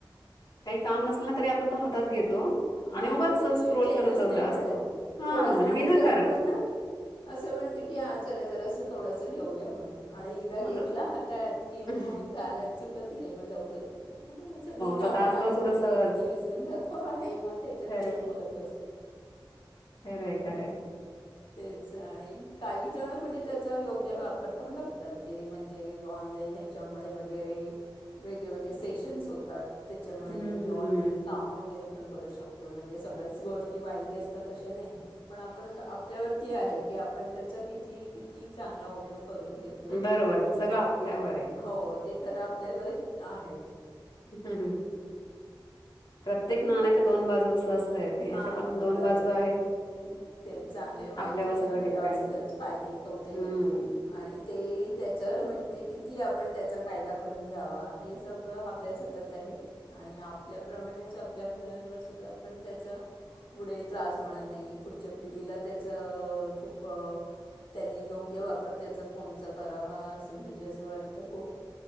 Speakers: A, on the left; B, on the left.
A: काही काम नसेल ना तरी आपण तो हातात घेतो आणि
B: हां
A: उगाच
B: त्याच्याशिवाय
A: स्क्रोल
B: चैनच
A: करतच
B: नाही
A: असतो
B: पडत
A: हा
B: थोडासा
A: म्हणजे
B: आणि
A: विनाकारण
B: जर आपण ना असं म्हणते की हा चला जरा असं थोडस घेऊया म्हणून आणि एकदा घेतला
A: आता
B: हातात की मग
A: हो
B: झालं सुुटत नाही म लवकर सगळी का
A: तो
B: कामा
A: तासभर
B: आहेत
A: सुद्धा
B: पडलेली
A: सहज.
B: ती विसरून जातो आणि मग त्याच्यात
A: खरंय
B: तेच बघत असत
A: खरंय खरंय
B: तेच आणि काही जण म्हणजे त्याचा योग्य वापर पण करतात जे म्हणजे ऑनलाईन ह्याच्यामुळे वगैरे वेगळेवेेगळे सेशन्स होतात त्याच्यामुळे
A: हम्म
B: ऑनलाईन काम वगैरे पण करू शकतो म्हणजे सगळेच गोष्ट वाईट असतात अशी नाही पण आपण त्यावरती आहे की आपण त्याचा किती किती चांगला उपयोग करून घेतोय
A: बरोबर ते सगळं आपल्यावर आहे.
B: हो ते खरा आपल्या वरच आहे
A: हम्म हम्म प्रत्येक नाण्याच्या दोन बाजू अस अस आहे ते याचे
B: हां
A: पण
B: व
A: दोन
B: खरं
A: बाजू
B: आहे
A: आहेत
B: ते चांगले वाईट
A: आपल्यावर
B: हे
A: सगळं
B: हे
A: डिपेंड
B: असतच फायदे तोटे
A: हम्म.
B: आणि ते त्याच म्हणे म्हणजे किती आपण त्याचा फायदा करून घ्यावा हे सगळं आपल्याच हातात आहे आणि आपल्याप्रमाणेच आपल्या मुलांवरसुद्धा पण त्याचा पुढे त्रास होणार नाही पुढच्या पिढीला त्याचं खूप त्यांनी योग्य वापर त्याचा फोनचा करावा असं म्हणजे असं वाटतं खूप